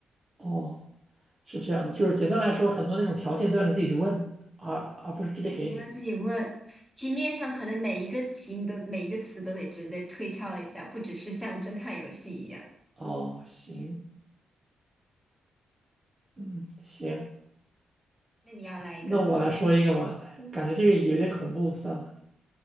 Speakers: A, on the right; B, in the centre.
A: 哦，是这样的，就是简单来说，很多那种条件都让你自己去问，而而不是直接给你。
B: 对，你要自己问，题面上可能每一个题你都每一个词都得值得推敲一下，不只是像侦探游戏一样。
A: 哦，行，嗯，行，
B: 那你要来一个吗？
A: 那我来说一个吧，我感觉这个有点恐怖，算了，